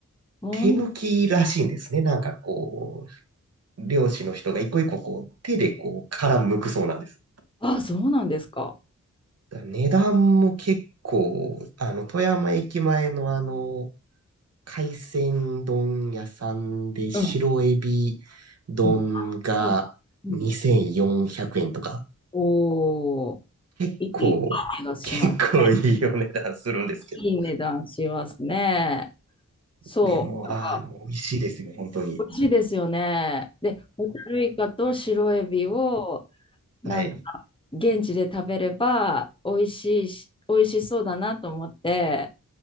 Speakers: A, on the left (about 15°); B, on the right (about 50°).
A: う。ほん、
B: 手抜きらしいんですね。なんかこう、漁師の人が一個一個こう、手でこう、殻剥くそうなんです。
A: あ、そうなんですか。
B: 値段も結構、あの、富山駅前のあの、海鮮丼屋さんで白エビ
A: うん、
B: 丼が2400円とか、
A: うん、うん、うん。おー、
B: 結構、
A: いい、いい値がします。
B: 結構いいお値段するんですけど。
A: いい値段しますね。そう。
B: でも、あーあの、美味しいですよ、本当に。
A: 美味しいですよね。で、ホタルイカと白エビをなんか現地で食べれば美味しいし、
B: はい。
A: 美味しそうだなと思って、